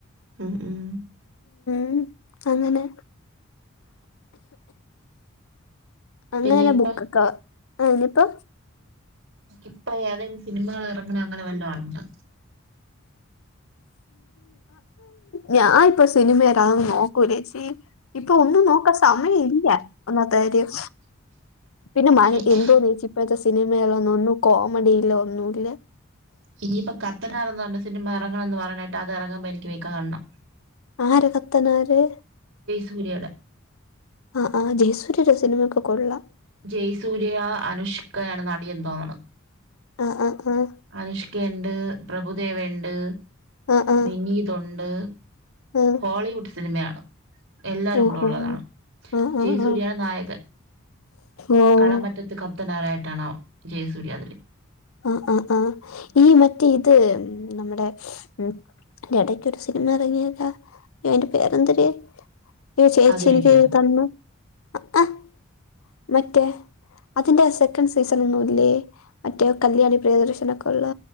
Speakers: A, on the right; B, on the left.
A: ഉം ഉം
B: ഉം അങ്ങനെ അങ്ങനന്നെ
A: പിന്നെ ഇപ്പൊ
B: ബുക്കൊക്കെ ആഹ് ഇനിപ്പൊ
A: ഇപ്പൊ ഏതേലും സിനിമകൾ ഇറങ്ങണ അങ്ങനെ വല്ലോ അറിഞ്ഞൊ
B: ഞാൻ ഇപ്പം സിനിമ അതൊന്നും നോക്കൂല്ല ചേച്ചി, ഇപ്പൊ ഒന്നും നോക്കാൻ സമയം. സമയം ഇല്ല ഒന്നാമത്തെ കാര്യം. പിന്നെ മ
A: ഇപ്പ
B: എന്തോന്ന് ചേച്ചി ഇപ്പോഴത്തെ സിനിമകളൊന്നും കോമഡില്ല ഒന്നുല്ല.
A: ഇനിയിപ്പൊ കത്തനാർന്ന് പറഞ്ഞാ സിനിമ ഇറങ്ങണമെന്ന് പറയണ കേട്ട് അത് ഇറങ്ങുമ്പോ എനിക്ക് പോയി കാണണം
B: ആര് കത്തനാര്?
A: സൂര്യയുടെ
B: ആഹ് ആഹ് ജയസൂര്യയുടെ സിനിമയൊക്കെ കൊള്ളാം
A: ജയസൂര്യയാ അനുഷ്കയാണ് നടിയെന്ന് തോന്നുന്ന.
B: ആഹ് ആഹ് ആഹ്
A: അനുഷ്കയുണ്ട് പ്രഭുദേവയുണ്ട്
B: ആഹ് ആഹ്
A: വിനീത് ഒണ്ട്.
B: ആഹ്
A: ഹോളിവുഡ് സിനിമയാണോ? എല്ലാരും
B: ഓഹോ
A: കൂടെ ഉള്ളതാണ്,
B: ആഹ്
A: ജയ
B: ആഹ്
A: സൂര്യയാണ്
B: ആഹ്
A: നായകൻ.
B: ഓഹ്
A: കടമറ്റത്ത് കത്തനാരായിട്ടാണ് ജയസൂര്യ അതില്
B: ആഹ് ആഹ് ആഹ് ഈ മറ്റേ ഇത് നമ്മുടെ ഉം ഇതിന്റെ ഇടയ്ക്കൊരു സിനിമ ഇറങ്ങിയല്ലാ അയ്യോ അതിന്റെ പേരെന്തിര്? അയ്യോ ചേച്ചി
A: അത് റെഡിയാ
B: എനിക്ക് ഒരു കണ്ണും ആഹ് മറ്റേ. അതിന്റെ സെക്കൻഡ് സീസൺ ഒന്നുമല്ലേ മറ്റേ കല്യാണി പ്രിയദർശന ഒക്കെയുള്ള.